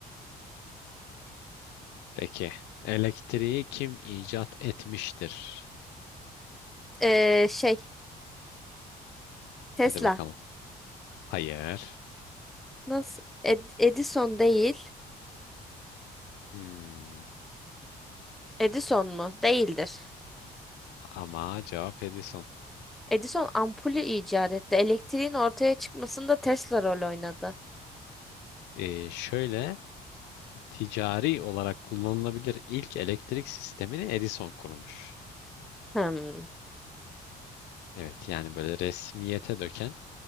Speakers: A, on the left (about 85°); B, in the centre.
A: peki. Elektriği kim icat etmiştir?
B: Ee, şey Tesla.
A: Hadi bakalım. Hayır.
B: Nasıl? Ed- Edison değil.
A: Hmm.
B: Edison mu? Değildir.
A: Ama cevap Edison.
B: Edison ampulü icat etti. Elektriğin ortaya çıkmasında Tesla rol oynadı.
A: Ee, şöyle ticari olarak kullanılabilir ilk elektrik sistemini Edison kurmuş.
B: Hmm.
A: Evet yani böyle resmiyete döken